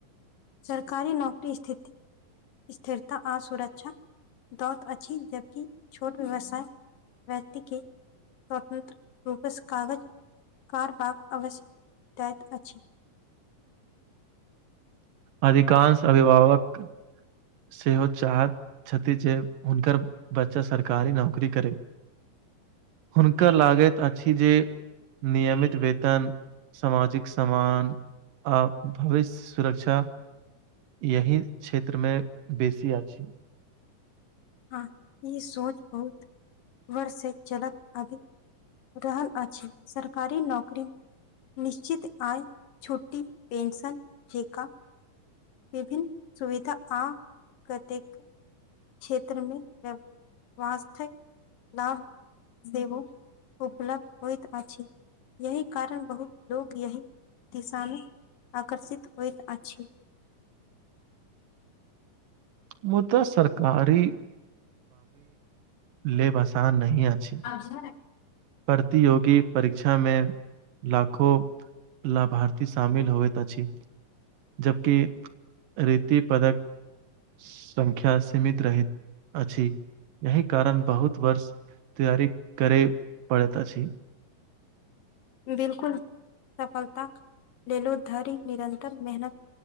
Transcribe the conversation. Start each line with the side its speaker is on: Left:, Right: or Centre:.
Left: सरकारी नौकरी स्थिति। स्थिरता, आसुरक्षा बहुत। जबकि छोट व्यवसाय व्यक्ति के। स्वतंत्र रूपसँ कागज कार बाग अवश्यक दैत अछि।
Right: अधिकाश अभिभावक सेहो चाहत कऽ जे हुनकर बच्चा सरकारी नौकरी करे हुनका लागैत अछि जे नियमित वेतन सामाजिक सम्मान। आ, भविष्य सुरक्षा। यही क्षेत्रमे बेसी अछि।
Left: हँ ई सोच बहुत वर्षसँ चलत अभी रहल अछि, सरकारी नौकरी निश्चित आ छुटी पेशन जेका विभिन्न सुविधा आ कतेक। क्षेत्रमे वथ लाभ। देवो उपलब्ध होइत अछि। यही कारण बहुत लोग यही दिशा मे आकर्षित होइत अछि।
Right: मुदा सरकारी लेब आसान नहि अछि
Left: झ <unintelligible>
Right: प्रतियोगी परीक्षामे लाखो लाभारती शामिल होइ तऽ छी जबकि रीति पदक। संख्या सीमित रहैत अछि, यही कारण बहुत वर्ष तैयरी करे पड़ तऽ छी
Left: बिल्कूल सफलता लेलो धरि निरन्तर मेहनत